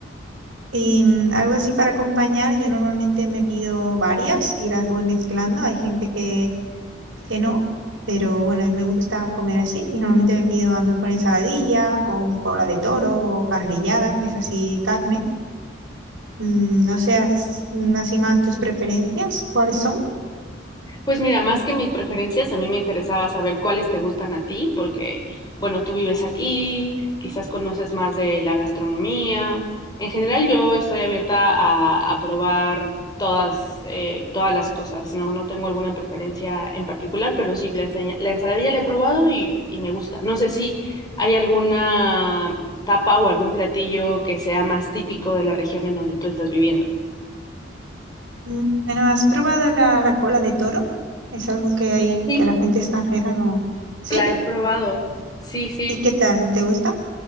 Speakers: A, on the right; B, on the left.
A: Y mm, algo así para acompañar, yo normalmente me pido varias y las voy mezclando. Hay gente que que no, pero bueno, a mí me gusta comer así y normalmente me pido a lo mejor ensaladilla con cola de toro o carrillada, que es así carne. Mm, No seas así más tus preferencias, ¿cuáles son?
B: Pues mira, más que mis preferencias, a mí me interesaba saber cuáles te gustan a ti, porque, bueno, tú vives aquí, quizás conoces más de la gastronomía. En general, yo estoy abierta a, a probar todas, eh, todas las cosas, ¿no? No tengo alguna preferencia en particular, pero sí, la, enseña- la ensaladilla la he probado y, y me gusta. No sé si hay alguna tapa o algún platillo que sea más típico de la región en donde tú estás viviendo.
A: Mm, Bueno, ¿has probado la, la cola de toro? Es algo que hay
B: Sí,
A: que la gente extranjera no. ¿Sí?
B: la he probado. Sí, sí.
A: ¿Y qué tal? ¿Te gusta?